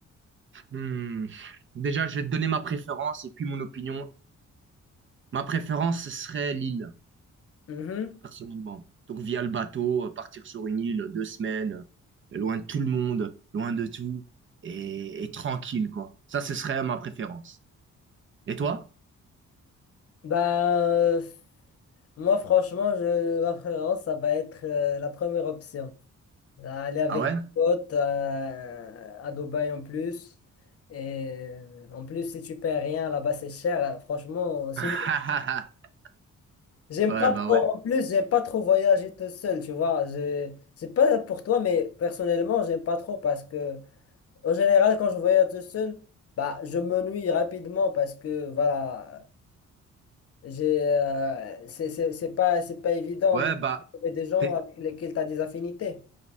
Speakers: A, on the right (about 40°); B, on the left (about 50°).
A: hmm, déjà, je vais te donner ma préférence et puis mon opinion. Ma préférence, ce serait l'île,
B: Mhm.
A: personnellement. Donc, via le bateau, euh, partir sur une île, deux semaines, euh, loin de tout le monde, loin de tout, et, et tranquille, quoi. Ça, ce serait ma préférence. Et toi?
B: Bah, euh, moi, franchement, je, ma préférence, ça va être euh, la première option. Aller avec
A: Ah ouais?
B: des potes euh, à Dubaï en plus. Et euh, en plus, si tu payes rien là-bas, c'est cher. hein. Franchement, c'est
A: <laughs>
B: mieux. J'aime
A: Ouais,
B: pas
A: bah
B: trop,
A: ouais.
B: en plus, j'aime pas trop voyager tout seul, tu vois. Je- C'est pas pour toi, mais personnellement, j'aime pas trop parce que, en général, quand je voyage tout seul, bah, je m'ennuie rapidement parce que, voilà, j'ai, euh, c'est c'est- c'est pas, c'est pas évident
A: Ouais,
B: de
A: bah,
B: trouver des gens
A: t'es-
B: avec lesquels tu as des affinités.